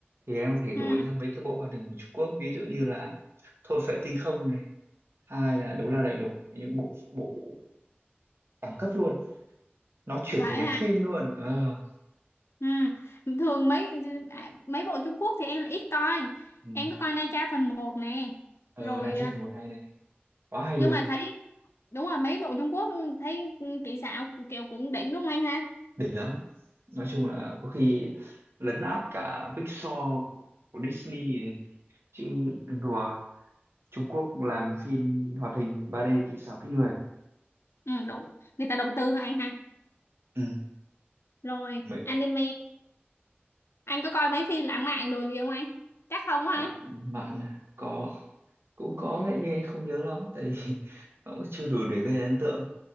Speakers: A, on the right (about 70°); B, on the left (about 85°).
A: thì em có thể đổi
B: ừ
A: sang mấy cái bộ hoạt hình của Trung Quốc ví dụ như là Thôi Phệ Tinh Không này hai là Đấu La Đại Lục những bộ bộ đẳng cấp luôn nó chuyển
B: vậy
A: thể thành
B: hả
A: phim luôn Ờ,
B: Ừ. Thường mấy à, mấy bộ Trung Quốc thì em là ít coi
A: ừ.
B: em có coi Na Tra phần một nè
A: ờ
B: rồi
A: Nigel
B: à,
A: phần một hay này quá hay
B: nhưng
A: luôn
B: mà thấy đúng là mấy bộ Trung Quốc thấy ừ, kỹ xảo kiểu cũng đỉnh đúng không anh ha
A: đỉnh lắm nói chung là có khi lấn át cả Pixar của, của Disney ấy. chứ đừng đùa Trung Quốc làm phim hoạt hình ba d kỹ xảo kinh người
B: ừ, đúng người ta đầu tư hả anh ha
A: ừ.
B: rồi
A: Vậy
B: anime anh có coi mấy phim lãng mạn đồ gì không anh chắc không hả
A: bạn, bạn có cũng có đấy nhưng em không nhớ lắm tại vì <laughs> nó cũng chưa đủ để gây ấn tượng